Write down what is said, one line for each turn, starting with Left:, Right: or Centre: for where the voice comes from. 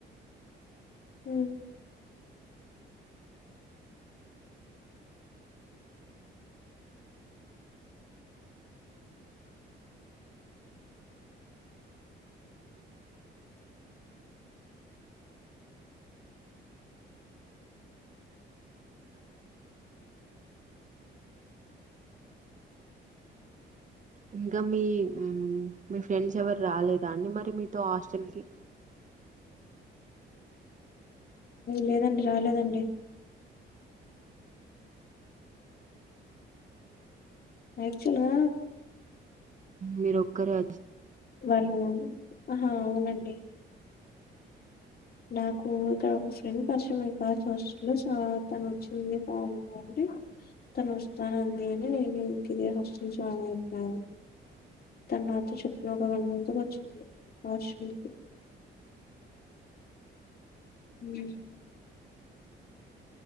Left: ఉ
Right: ఇంగ మీ మ్ మీ ఫ్రెండ్స్ ఎవరు రాలేదా అండి మరి మీతో హాస్టల్ కి
Left: లేదండి రాలేదండి యాక్చువల్ గా
Right: మీరొక్కరే
Left: వాళ్ళు ఆహా అవునండి నాకు ఇక్కడ ఒక ఫ్రెండ్ పరిచయం <unintelligible> చూస్తు సో తను వచ్చింది బావుందా అండి తను వస్తానందని నేను ఇంక ఇదే హస్టల్ జాయిన్ అయిపోయాను తను నాతో చెప్పిన ఒక వన్ మంత్ కి వచ్చింది హాస్టల్ కి ఉ